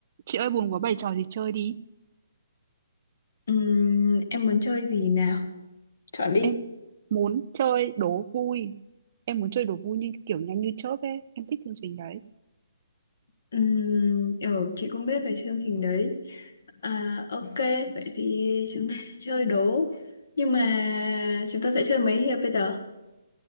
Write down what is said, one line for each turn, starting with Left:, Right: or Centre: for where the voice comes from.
Right: Chị ơi buồn quá bày trò gì chơi đi.
Left: Ừm, em muốn chơi gì nào? Chọn đi.
Right: Em muốn chơi đố vui. Em muốn chơi đố vui như kiểu nhanh như chớp ấy. Em thích chương trình đấy.
Left: Ừm, ừ, chị cũng biết về chương trình đấy. À, ok, vậy thì chúng ta sẽ chơi đố. Nhưng mà chúng ta sẽ chơi mấy hiệp bây giờ?